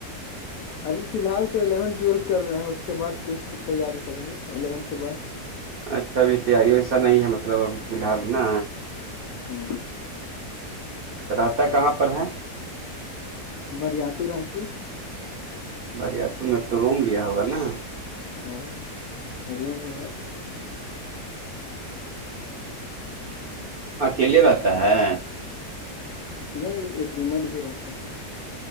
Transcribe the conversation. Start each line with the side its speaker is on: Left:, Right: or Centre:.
Left: ارے فی الحال تو الیون ٹویلو کر رہے ہیں اس کے بعد کچھ تیاری کریں گے الیونتھ کے بعد
Right: اچھا ابھی تیاری ویسا نہیں ہے مطلب ابھی فی الحال نا
Left: ہوں
Right: رہتا کہاں پر ہے
Left: برییا رانچی
Right: بھیا تم نے تو روم لیا ہوگا نا
Left: او روم ہی ہے
Right: اکیلے رہتا ہے
Left: نہیں ایک روم مٹ بھی رہتا ہے